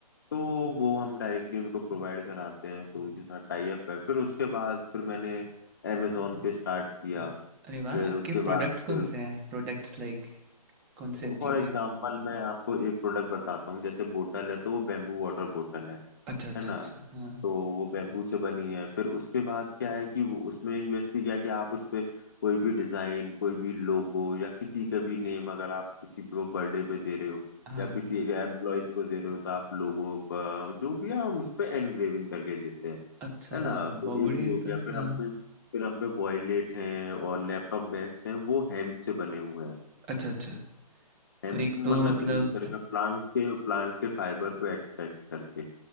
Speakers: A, on the left; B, in the centre.
A: तो वो हम डायरेक्टली उनको प्रोवाइड कराते हैं तो उनके साथ टाई अप है फिर उसके बाद फिर मैंने अमेजोन पे स्टार्ट किया
B: अरे वाह
A: फिर
B: आपके
A: उसके
B: प्रोडक्ट्स
A: बाद फिर
B: कौन से हैं प्रोडक्ट्स लाइक कौन से चीज़ें
A: फॉर एग्जाम्पल
B: हैं?
A: मैं आपको एक प्रोडक्ट बताता हूँ जैसे बोटल है तो वो बेम्बू वाटर बोटल है
B: अच्छा अच्छा
A: है ना
B: अच्छा हाँ
A: तो वो बेम्बू से बनी है फिर उसके बाद क्या है कि वो उसमें यूएसपी क्या है कि आप उस पे कोई भी डिजाइन कोई भी लोगो या किसी का भी नेम अगर आप किसी को बर्थडे पे दे रहे हो
B: हाँ
A: या किसी एक एम्प्लॉयज को दे रहे हो तो आप लोगो जो भी है हम उस पे एनग्रेविंग करके देते हैं
B: अच्छा
A: है ना तो
B: बहुत बढ़िया
A: एक ये
B: है
A: हो गया
B: तो
A: फिर
B: हाँ
A: हम पे फिर हम पे वॉयलेट हैं और लैपटॉप बैग्स हैं वो हेम्प से बने हुए हैं
B: अच्छा अच्छा
A: हेम्प
B: तो एक
A: मतलब
B: तो मतलब
A: एक तरह का प्लांट के प्लांट के फाइबर को एक्सट्रैक्ट करके